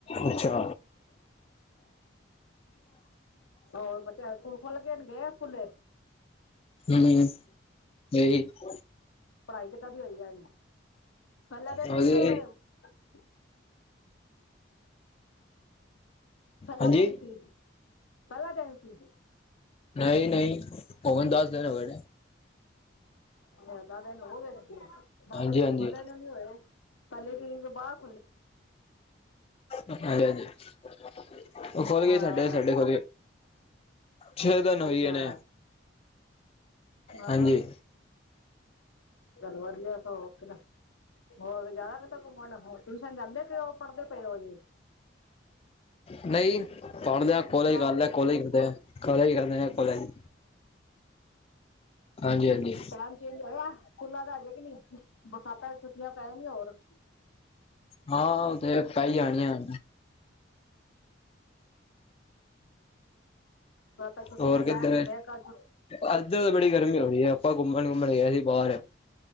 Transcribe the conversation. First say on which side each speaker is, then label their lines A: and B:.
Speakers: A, on the left; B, on the left.
A: ਅੱਛਾ।
B: ਹੋਰ, ਬੱਚਾ ਸਕੂਲ ਖੁਲੱ ਗਏ। ਗੇਏ ਆ ਸਕੂਲੇ।
A: ਹਮ ਇਹ <unintelligible>
B: ਪੜਾਈ ਕਿੱਦਾਂ, ਦੀ ਹੋਈ ਹੈ। ਪਹਲਾ
A: ਉਹਦੇ
B: ਦਿਨ, ਸੀ ਕੇ। ਪਹਿਲਾ
A: ਹਾਂਜੀ
B: ਦਿਨ ਸੀ। ਪਹਿਲਾ ਦੈਨ ਸੀ।
A: ਨਹੀਂ- ਨਹੀਂ, ਹੁਣ ਦਸ, ਦਿਨ ਹੋ ਗਏ ਨੇ।
B: ਨਹੀਂ, ਦਸ ਦਿਨ ਹੋ ਗਏ ਨੇ। ਦਸ
A: ਹਾਂਜੀ
B: ਦਿਨ ਤਾਂ
A: ਹਾਂਜੀ
B: ਖੁੱਲੇ ਨੂੰ, ਨੀ ਹੋਏ। ਪਲੇ ਦਿਨ <unintelligible> ਬਾਅਦ
A: ਹਾਂਜੀ- ਹਾਂਜੀ <unintelligible> ਉਹ ਖੋਲ ਗਏ
B: ਹਾਂ
A: ਸਾਡੇ। ਸਾਡੇ ਖੋਲ ਗਏ। ਛੇ ਦਿਨ ਹੋਈ
B: ਅੱਛਾ
A: ਜਾਣੇ ਆ।
B: ਹਾਂ
A: ਹਾਂਜੀ।
B: ਹਾਂ ਚਲੋ ਵਧੀਆ। ਸ ਹੋਰ ਜਾਣਾ ਕਿਤੇ ਘੁੰਮਣ ਹੋਰ, ਟਿਊਸ਼ਨ ਜਾਂਦੇ ਪਣੇ ਉ। ਪੜਦੇ ਪਏ, ਹੋ ਅਜੇ।
A: ਨਹੀਂ ਪੜ ਲਿਆ। ਕੋਲੇਜ
B: ਟਾਈਮ
A: ਕਰ ਲਿਆ।
B: ਚ
A: ਕੋਲੇ ਕੋਾਲ ਕਰ। ਪੜਿਆ ਕਾਲਜ। ਹਾਂਜੀ- ਹਾਂਜੀ।
B: ਟਾਈਮ ਚੇਂਜ ਹੋਇਆ ਸਕੂਲਾ ਦਾ। ਆਜੇ ਕਿ ਨੀ, ਬਰਸਾਤਾਂ ਚ ਛੁੱਟੀਆਂ ਪੈ ਜਾਨੀ ਹੋਰ।
A: ਹਾਂ, ਔ ਤੇ ਹੈ। ਪੇਣੀ ਜਾਣੀਆਂ।
B: ਕਤ ਤਕ ਚੁਟੀਆਂ
A: ਹੋਰ ਕਿੱਧਰ
B: ਪੈਣਿਆ। ਫੇਰ ਕਲ ਛੂਟੀ।
A: ਇੱਧਰ ਤਾਂ ਬੜੀ ਗਰਮੀ ਹੋ ਰਹੀ ਹੈ। ਆਪਾਂ ਘੁੰਮਣ- ਘੁੰਮਣ ਗਏ ਸੀ ਬਾਹਰ।